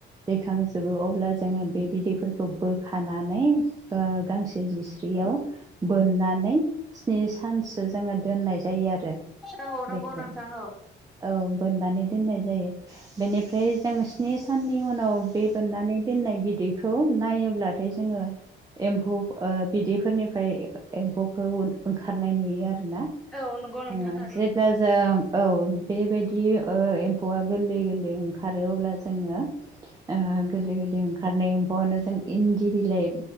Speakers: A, on the right; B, in the centre.
A: दैखांजोबो अब्ला जोङो बे बिदैफोरखौ बोखानानै ओ गांसे जिस्रियाव बोनना नै स्नि सानसो जोङो दोननाय जायो आरो
B: औ नंगौ
A: बेखौ
B: नोंथां औ
A: औ बोननानै दोननाय जायो बेनि ओमफ्राय जों स्नि साननि उनाव बे बोननानै दोननाय बिदैखौ नायोब्लाथाय जोङो एम्फौ ओ बिदैफोरनिफ्राय एम्फौखौ ओंखारनाय नुयो आरोना
B: औ नंगौ नोंथां
A: ओ
B: थारैनो
A: जेब्ला जों औ बेबाय दि ओ एम्फौआ गोरलै गोरलै ओंखारो अब्ला जोङो ओ गोरलै गोरलै ओंखारनाय एम्फौनो जों इन्दि बिलाइ